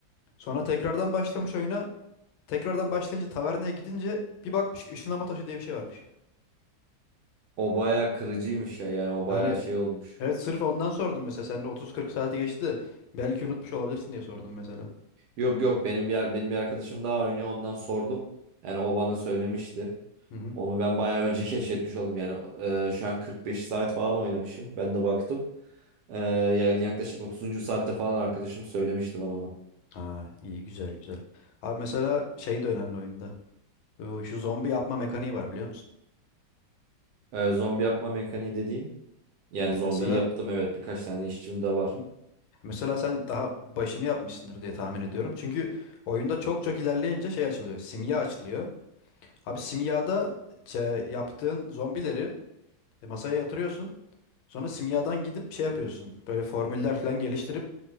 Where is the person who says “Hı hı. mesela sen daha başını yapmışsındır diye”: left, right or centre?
Left